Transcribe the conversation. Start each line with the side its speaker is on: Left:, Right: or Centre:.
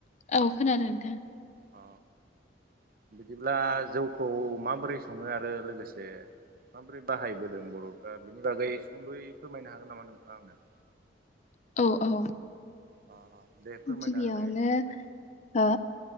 Left: औ खोनादों नोंथां
Right: अ बिदिब्ला जौखौ माबोरै सङो आरो लोगोसे माबोरै बाहायबोदों बर'फ्रा बेनि बागै सुंद'यै फोरमायनो हागोन नामा नोंथाङा आंनो
Left: औ औ
Right: अ दे फोरमायना
Left: गिबियावनो
Right: होनाय आंनो
Left: हो